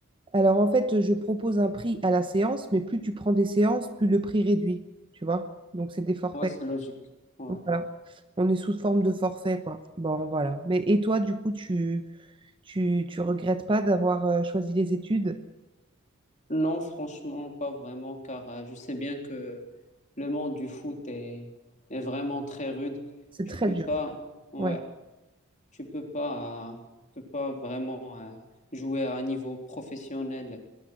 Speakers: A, on the right; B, on the left.
A: Alors en fait, je propose un prix à la séance, mais plus tu prends des séances, plus le prix réduit, tu vois. Donc c'est des forfaits.
B: Ouais, c'est logique. Ouais.
A: Donc, Voilà. On est sous forme de forfait, quoi. Bon, voilà. Mais et toi, du coup, tu tu, tu regrettes pas d'avoir euh, choisi les études?
B: Non, franchement, pas vraiment, car euh, je sais bien que le monde du foot est, est vraiment très rude.
A: C'est
B: Tu
A: très
B: peux
A: dur.
B: pas, ouais,
A: Ouais.
B: tu peux pas, euh, tu peux pas vraiment euh, jouer à un niveau professionnel.